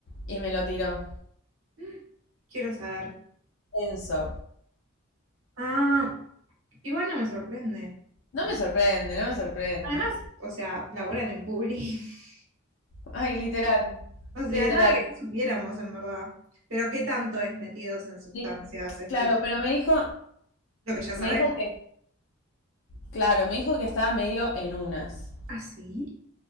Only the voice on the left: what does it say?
Y me lo tiró.
Enzo.
No me sorprende, no me sorprende.
Ay, literal.
Literal.
Li-
Claro,
pero me dijo,
me dijo que, claro, me dijo que estaba medio en unas.